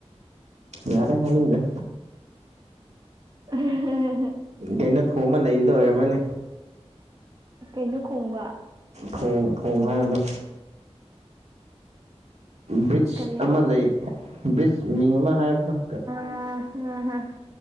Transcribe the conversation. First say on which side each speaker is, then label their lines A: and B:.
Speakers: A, on the right (about 80°); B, on the right (about 35°).
A: ꯌꯥꯔꯦ ꯍꯥꯏꯅꯤꯡꯗ꯭ꯔꯦ
B: <unintelligible>
A: ꯀꯩꯅꯣ ꯊꯣꯡꯃ ꯂꯩꯕꯗꯣ ꯑꯣꯏꯔꯝꯃꯅꯤ
B: ꯀꯩꯅꯣ ꯈꯣꯡꯕ
A: ꯊꯣꯡ ꯊꯣꯡ ꯍꯥꯏꯕꯗꯣ ꯕ꯭ꯔꯤꯖ
B: ꯀꯔꯤ ꯍꯥꯏꯕ
A: ꯑꯃ ꯂꯩ ꯕ꯭ꯔꯤꯖ ꯃꯤꯡ ꯑꯃ ꯍꯥꯏꯕꯗꯣ
B: ꯑ <unintelligible>